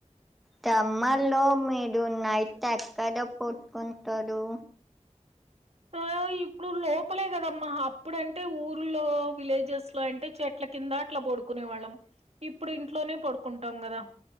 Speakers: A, in the centre; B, on the right.
A: సమ్మర్లో మీరు నైట్ ఎక్కడ పడుకుంటారు
B: ఆ ఇప్పుడు లోపలే కదమ్మా అప్పుడంటే ఊర్లో విలేజెస్ లో అంటే చెట్ల కింద అట్లా పడుకునే వాళ్ళం ఇప్పుడు ఇంట్లోనే పడుకుంటాం కదా